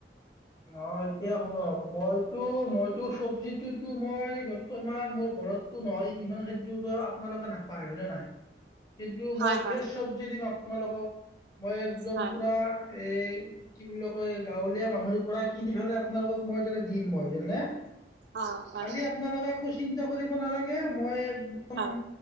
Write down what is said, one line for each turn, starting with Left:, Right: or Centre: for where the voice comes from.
Left: অ এতিয়া শুনক মইতো মইতো চব্জিটোতো মই বৰ্তমান মোৰ ঘৰত নহয়। ইমান খে আপোনালোকে নাপায় হয়নে নাই। কিন্তু
Right: হয়
Left: মই
Right: হয়
Left: ফ্ৰেছ চব্জি দিম। তোমালোকক মই একদম
Right: হয়
Left: পূৰা এই কি বুলি কয় গাঁৱলীয়া মানুহ। পৰাই, কিনি ফেলে আপোনালোকক মই দিম মইনে
Right: অ হয়
Left: খালি আপোনালোকে একো চিন্তা ই কৰিব নালাগে মই এক একদম
Right: হয়